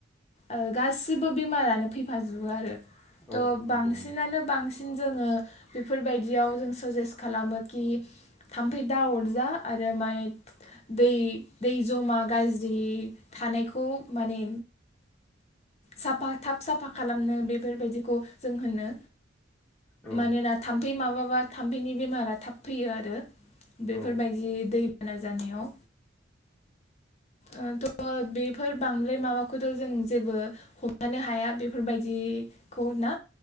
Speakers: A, on the left (about 35°); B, in the centre.
A: ओ गासिबो बेमारानो फैफाजोबो आरो
B: औ
A: थ'
B: नंगौ
A: बांसिनानो
B: नोंथां
A: बांसिन जोङो बेफोरबायदि बिदियाव जों साजेस्ट खालामो कि थाम्फै दा अरजा आरो माने दै दै जमा गाज्रि थानायखौ माने साफा थाब साफा खालामनो बेफोरबायदिखौ जों होनो
B: औ
A: मानोना थाम्फै माबा माबा थाम्फैनि बेमारा थाब फैयो आरो। बेफोरबायदि
B: औ
A: दैबाना जानायाव ओ थ' बेफोर बांद्राय माबाखौथ' जों जेबो हमथानो हाया बेफोरबायदिखौ ना?